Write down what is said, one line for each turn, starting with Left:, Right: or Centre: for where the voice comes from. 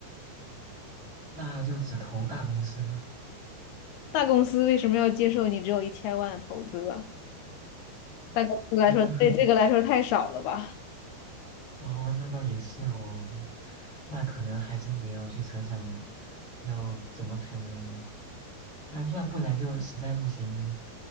Right: 那就只投大公司呢。
Left: 大公司为什么要接受你只有一千万的投资啊？大公司来说，
Right: 嗯，
Left: 对这个来说太少了吧？
Right: <laughs> 哦，那倒也是哦，那可能还真得要去想想，要怎么才能，那那不然就实在不行，